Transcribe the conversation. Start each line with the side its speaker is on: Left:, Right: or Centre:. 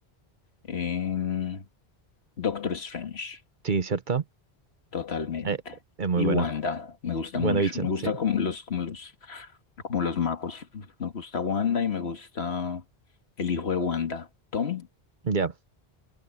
Left: em, Doctor Strange.
Right: Sí, ¿cierto?
Left: Totalmente.
Right: Eh, es muy
Left: Y
Right: bueno.
Left: Wanda, me gusta
Right: WandaVision,
Left: mucho. Me gusta
Right: sí.
Left: como los, como los, como los magos. Me gusta Wanda y me gusta el hijo de Wanda, Tommy.
Right: Ya,